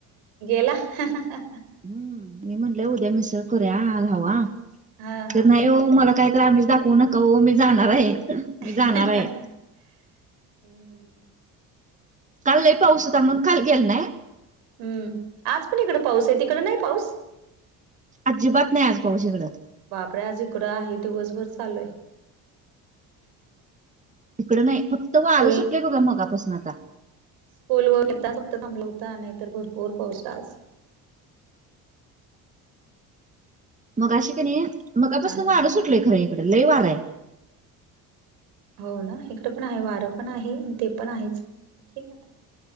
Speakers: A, on the right (about 85°); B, on the right (about 20°).
A: गेला हा हा हा.
B: हम्म मी म्हणलं, उद्या मिसळ करूया. आज हवा
A: हा हा
B: तर नाही हो मला काय काही अमिश दाखवू नका ओ मी जाणार आहे, मी
A: हम्
B: जाणार आहे काल लयी पाऊस होता म्हणून खाली गेल नाहि.
A: हम्म, आज पण इकडं पाऊस आहे तिकडे नाही पाऊस?
B: अजिबात नाही आज पाऊस इकडं.
A: बापरे आज इकडं आहे, दिवसभर चालूय.
B: इकडं नाही फक्त वारं
A: स्कूल
B: सुटलेय बघा मघापासनं आता.
A: पोलवरून येताना फक्त थांबला होता, नाहीतर भरपूर पाऊसय आज.
B: मघाशी कं नही, मगापासनं
A: आणि
B: वारं सुटलंय खरं इकडे. लई वारा आहे
A: हो ना इकडे पण आहे, वारं पण आहे. आणि ते पण आहेच ठीक आहे आता.